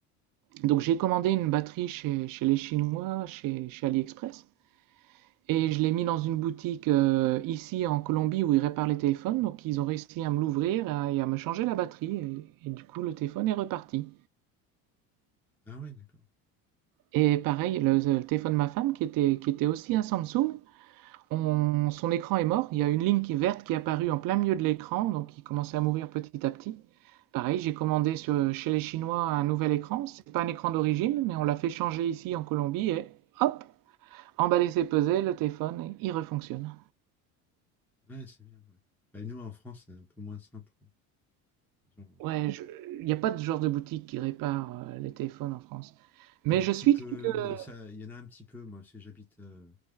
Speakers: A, on the right; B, in the centre.
A: Donc j'ai commandé une batterie chez, chez les Chinois, chez, chez AliExpress. Et je l'ai mis dans une boutique euh, ici en Colombie où ils réparent les téléphones. Donc ils ont réussi à me l'ouvrir à- et à me changer la batterie. Et, et du coup, le téléphone est reparti.
B: Ah ouais, d'accord.
A: Et pareil, le, le téléphone de ma femme, qui était, qui était aussi un Samsung, on- son écran est mort. Il y a une ligne qui, verte qui est apparue en plein milieu de l'écran. Donc il commençait à mourir petit à petit. Pareil, j'ai commandé sur- chez les Chinois un nouvel écran. C'est pas un écran d'origine, mais on l'a fait changer ici en Colombie. Et hop, emballé, c'est pesé, le téléphone, il refonctionne.
B: Ouais, c'est bien, ouais. Bah, nous, en France, c'est un peu moins simple, quoi. Les gens,
A: Ouais,
B: les-
A: il n'y a pas de genre de boutique qui répare euh, les téléphones en France. Mais
B: Un
A: je
B: petit
A: suis
B: peu,
A: quelques...
B: euh, ça, il y en a un petit peu, moi, parce que j'habite euh,